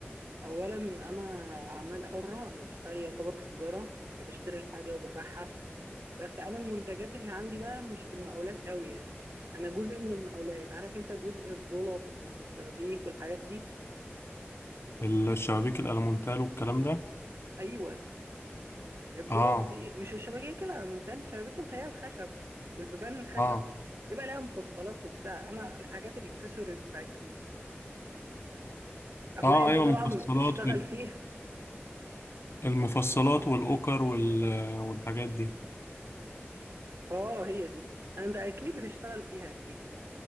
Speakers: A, on the right; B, on the left.
A: اولا انا اعمال حره انا بشتغل يعتبر في تجاره بشتري الحاجه وببيعها بس انا المنتجات اللي عندي بقى مش في المقاولات قوي يعني انا جزء من المقاولات عارف انت جزء الضلف والشبابيك والحاجات دي
B: الشبابيك الألمونتال والكلام ده
A: ايوه الضلف
B: اه
A: دي مش الشبابيك لا من تاني الشبابيك اللي هي الخشب والبيبان الخشب
B: اه
A: يبقى لها مفصلات وبتاع انا الحاجات الاكسسوارز بتاعتها دي هتلاقي
B: اه
A: انت
B: ايوه
A: طبعا
B: المفصلات
A: بتشتغل
B: وال-
A: فيها
B: المفصلات والأوكر وال- والحاجات دي
A: اه هي دي انت اكيد بتشتغل فيها اكيد